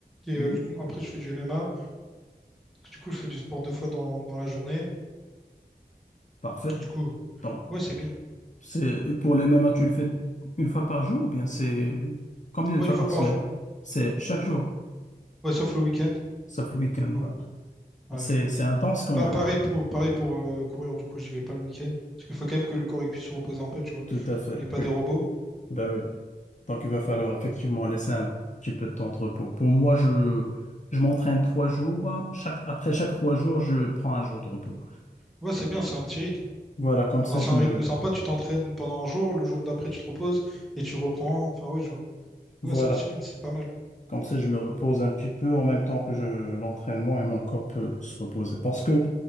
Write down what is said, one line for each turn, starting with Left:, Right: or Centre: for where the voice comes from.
Centre: Et
Left: Oui.
Centre: euh, du coup, après, je fais du MMA. Du coup, je fais du sport deux fois dans, dans la journée.
Left: Parfait.
Centre: Et du coup,
Left: Donc,
Centre: ouais, c'est bien.
Left: c'est pour les mêmes matchs, tu le fais une fois par jour ou bien c'est combien de
Centre: Ouais,
Left: fois
Centre: une fois
Left: par
Centre: par
Left: semaine?
Centre: jour.
Left: C'est chaque jour,
Centre: Ouais, sauf le week-end. Du
Left: sauf le week-end.
Centre: coup,
Left: là.
Centre: euh, ouais.
Left: C'est, c'est intense quand
Centre: Pa-
Left: même.
Centre: pareil pour, pareil pour euh, courir, du coup, j'y vais pas le week-end. Parce qu'il faut quand même que le corps il puisse se reposer un peu, tu vois.
Left: Tout à fait,
Centre: On n'est pas
Left: oui.
Centre: des robots.
Left: Ben oui. Donc, il va falloir effectivement laisser un petit peu de temps de repos. Pour moi, je, je m'entraîne trois jours. Chaque, après chaque trois jours, je prends un jour de repos.
Centre: Ouais, c'est bien, c'est un petit rythme.
Left: Voilà, comme ça,
Centre: Enfin,
Left: je
Centre: c'est un
Left: me,
Centre: rythme sympa, tu t'entraînes pendant un jour, le jour d'après, tu te reposes et tu reprends. Enfin, ouais, je vois.
Left: voilà.
Centre: Ouais, c'est un petit rythme, c'est pas mal.
Left: Comme ça, je me repose un petit peu en même temps que je, l'entraînement et mon corps peut se reposer. Parce que